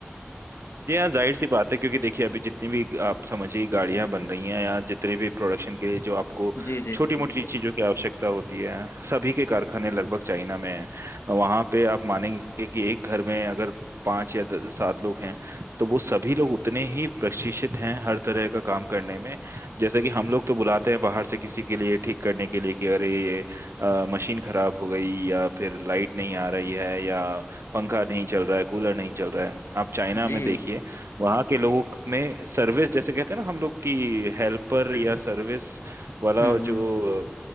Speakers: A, on the right; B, on the left.
A: जी हाँ जाहिर सी बात है क्योंकि देखिए अभी जितनी भी आप समझिए गाड़ियां बन रही हैं या जितने भी प्रोडक्शन के लिए जो आपको
B: जी जी
A: छोटी
B: बिल्कुल
A: मोटी
B: बिल्कुल
A: चीजों की आवश्यकता होती है सभी के कारखाने लगभग चाइना में हैं वहां पे आप मानेंगे कि एक घर में अगर पांच या द- सात लोग हैं तो वो सभी लोग उतने ही प्रशिक्षित हैं हर तरह का काम करने में जैसे कि हम लोग तो बुलाते हैं बाहर से किसी के लिए ठीक करने के लिए कि अरे ये अ, मशीन खराब हो गई या फिर लाइट नहीं आ रही है या पंखा नहीं चल रहा है कूलर नहीं चल रहा है आप चाइना
B: जी
A: में देखिए वहाँ के लोगों में सर्विस जैसे कहते हैं ना हम लोग की हेल्पर या सर्विस वाला
B: हम्म
A: जो
B: हम्म